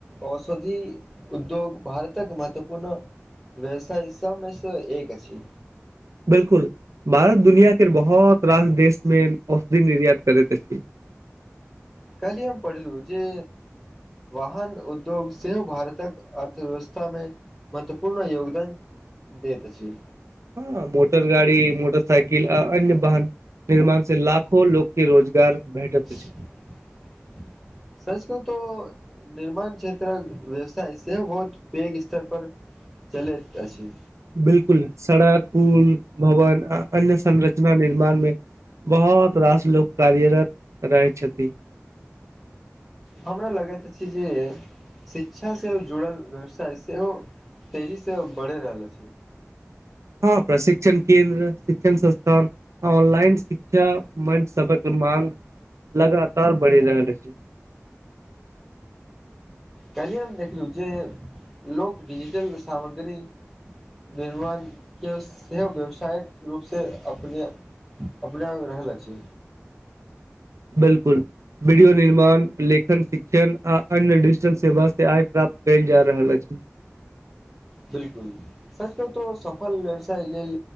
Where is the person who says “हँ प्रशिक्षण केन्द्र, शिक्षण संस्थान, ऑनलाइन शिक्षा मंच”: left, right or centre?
Right